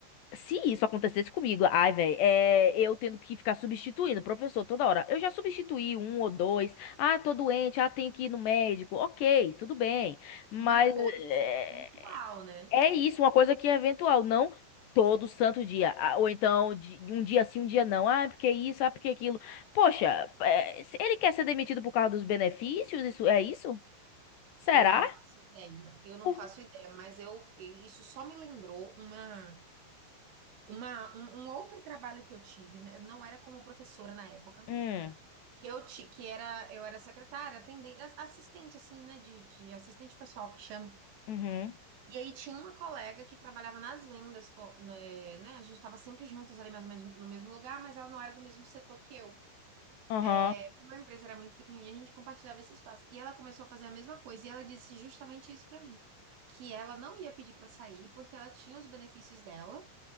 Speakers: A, on the left; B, on the right.
A: se isso acontecesse comigo, ai, velho, é, eu tendo que ficar substituindo o professor toda hora. Eu já substituí um ou dois. Ah, tô doente, ah, tenho que ir no médico. Ok, tudo bem. Mas
B: Uma coisa,
A: é,
B: assim, atemporal, né?
A: é isso, uma coisa que é eventual, não todo santo dia. Ah, Ou então, de- um dia sim, um dia não. Ah, porque isso, ah, porque aquilo. Poxa, é, se ele quer ser demitido por causa dos benefícios? Isso é isso? Será?
B: Eu não faço ideia, eu não
A: Por-
B: faço ideia, mas eu, eu- isso só me lembrou uma, uma, um, um outro trabalho que eu tive, né? Eu não era como professora na época,
A: Hum,
B: que eu ti- que era eu era secretária, atendente, assistente assim, né, de, de assistente pessoal que chama.
A: uhum,
B: E aí tinha uma colega que trabalhava nas vendas, co- né, né, a gente estava sempre juntas ali mais ou menos no mesmo lugar, mas ela não era do mesmo setor que eu.
A: aham.
B: É, Como a empresa era muito pequenininha, a gente compartilhava esse espaço. E ela começou a fazer a mesma coisa e ela disse justamente isso para mim, que ela não ia pedir para sair porque ela tinha os benefícios dela.